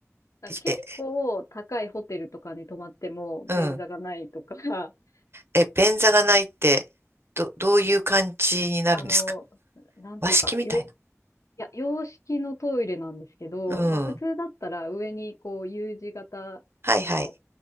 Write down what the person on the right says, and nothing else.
え、うん。
え、便座がないって、ど、どういう感じになるんですか
和式みたいな。
うん。
はいはい。